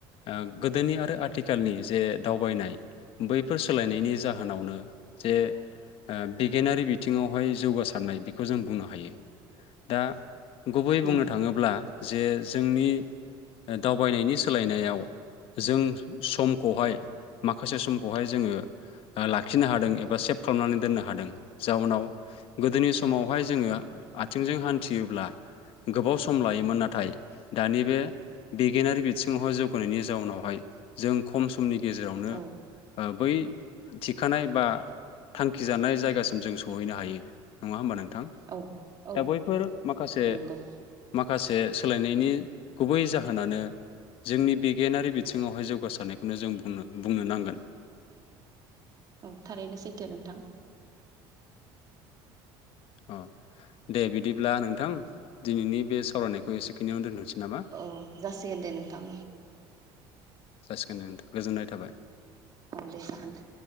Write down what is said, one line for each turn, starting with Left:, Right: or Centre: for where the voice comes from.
Left: ओ गोदोनि आरो आथिखालनि जे दावबायनाय बैफोर सोलायनायनि जाहोनावनो जे ओ बिगियानारि बिथिङावहाय जौगासारनाय बेखौ जों बुंनो हायो दा गुबै
Right: नों
Left: बुंनो थाङोब्ला बे जोंनि दावबायनायनि सोलायनायाव जों समखौहाय माखासे समखौहाय जोङो ओ लाखिनो हादों एबा सेभ खालामनानै दोननो हादों जाउनाव गोदोनि समावहाय जोङो आथिंजों हान्थियोब्ला गोबाव सम लायोमोन नाथ थाय दानि बे बिगियानारि बिथिङावहाय जौगानायनि जाउनावहाय जों खम स मनि गेजेरावनो
Right: औ
Left: ओ बै थिखानाय बा थां। खिजानाय जायगासिम जों सहैनो हायो नङा होमबा नोंथां।
Right: औ औ
Left: दा बैफोर माखासे
Right: नंगौ
Left: माखासे। जे सोलायनायनि गुबै जाहोनानो जोंनि बिगियानारि बिथिङावहाय जौगासारनायखौनो जोंनो बुंनो नांगोन।
Right: औ थारैनो सैथो नोंथां।
Left: अ दे बिदिब्ला नोंथां दिनैनि बे सावरायनायखौ एसेखिनियावनो दोनथनोसै। नामा
Right: अ जासिगोन दे नोंथां।
Left: जासिगोन दे नोंथां गोजोननाय थाबाय।
Right: अ दे जागोन दे।